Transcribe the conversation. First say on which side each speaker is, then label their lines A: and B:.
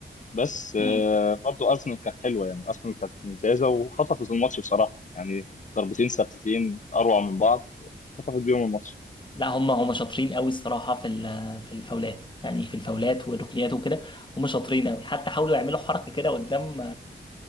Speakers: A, on the left; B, on the left.
A: بس
B: مم.
A: آه، برضه ارسنال كانت حلوه يعني ارسنال كانت ممتازه وخطفت الماتش بصراحه يعني ضربتين ثابتتين اروع من بعض خطفت بيهم الماتش
B: لا هم هم شاطرين قوي الصراحه في ال- في الفاولات يعني في الفاولات والركنيات وكده هم شاطرين قوي حتى حاولوا يعملوا حركه كده قدام